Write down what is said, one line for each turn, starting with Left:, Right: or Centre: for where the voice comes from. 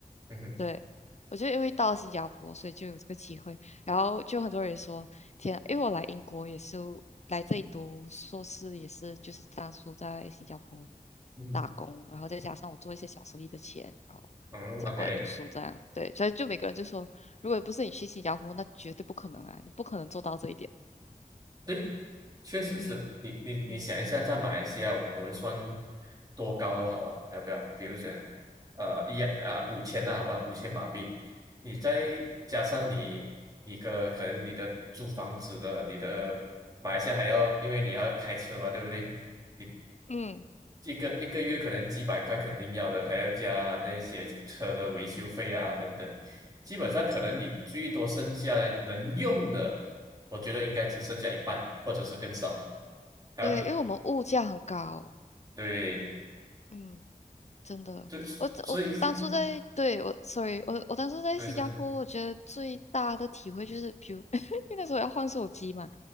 Right: 嗯哼
Left: 对，我就因为到了新加坡，所以就有这个机会。然后就很多人说，天啊，因为我来英国也是来这里读硕士，也是就是当初在新加坡
Right: 嗯
Left: 打工，然后再加上我做一些小生意的钱，然后才过来读书这样。
Right: 哼嗯，OK。
Left: 对，所以就每个人就说，如果不是你去新加坡，那绝对不可能啊，你不可能做到这一点。
Right: 对。确实是你你你想一下，
Left: 嗯嗯
Right: 在马来西亚，我我们算多高都好了，要不要？比如讲，呃，一啊五千那好吧，五千马币，你再加上你一个可能你的租房子的，你的马来西亚还要，因为你要开车嘛，对不对？你
Left: 嗯，
Right: 一个一个月可能几百块肯定要的，还要加那些车的维修费啊等等，基本上可能你最多剩下来能用的，我觉得应该只剩下一半，或者是更少。还要
Left: 对，因为我们物价很高。
Right: 对，
Left: 嗯。真的，
Right: 就是所以是
Left: 我我当初在，对，我，sorry，我我当初在新加坡，
Right: 为什么是
Left: 我觉得最大的体会就是，比如 <laughs> 因为那时候要换手机嘛，